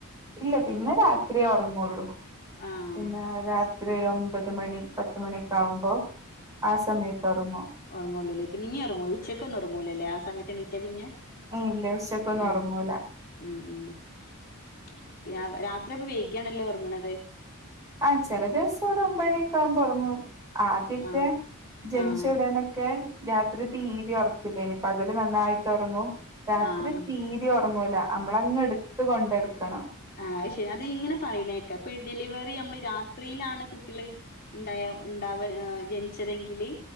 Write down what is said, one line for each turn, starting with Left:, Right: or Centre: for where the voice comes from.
Right: ഇല്ല പിന്നെ രാത്രിയേ ഒറങ്ങാെള്ളൂ
Left: ആഹ്
Right: പിന്നെ രാത്രി ഒര് ഒമ്പത് മണി പത് പത്തമണിക്കാവുമ്പോ ആ സമയത്തൊറങ്ങും
Left: ഉറങ്ങൂുള്ളൂല്ലേ ഇപ്പ ഇനി ഇറങ്ങൂയി ഉച്ചക്കക്ക് ഒന്നും ഉറങ്ങൂലല്ലേ ആ സയ എണീറ്റാ പിന്നെ
Right: ഏ ഇല്ല ഉച്ചക്കൊന്നും
Left: ഉം
Right: ഒറങ്ങൂല
Left: ഉം ഉം <inaudible> പിന്നെ ആ രാത്രി അപ്പൊ വൈകേണല്ലോ ഒർങ്ങ്ണത്
Right: ആഹ് ചെല ദിവസം ഒരു ഒമ്പണിക്കാവുമ്പോ ഒർങ്ങും ആദ്യക്കെ
Left: ആഹ്
Right: ജനിച്ച
Left: ആഹ്
Right: ഉടനെക് ക്കെ രാത്രി തീരെ ഒർക്കില്ലേന് പകല് നന്നായിട്ട് ഒറങ്ങും രാത്രി
Left: ആഹ്
Right: തീരിം ഒറങ്ങൂല നമ്മളങ്ങ് ഇട്ത്ത് കൊണ്ടെട്ക്കണം
Left: ആഹ്ശരി അത് ഇങ്ങനെ പറയ്ണേക്ക ഇപ്പൊ ഈ ഡെലിവറി നമ്മള് രാത്രിയിലാണ് കുട്ടള്- ഇണ്ടായ ഇണ്ടാവ ജനിച്ചതെങ്കില്